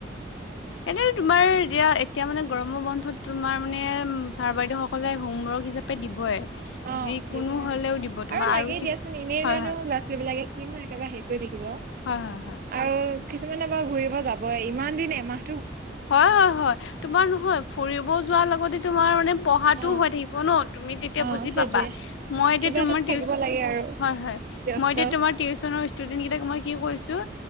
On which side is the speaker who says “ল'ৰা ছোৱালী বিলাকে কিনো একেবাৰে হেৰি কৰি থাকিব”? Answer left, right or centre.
Right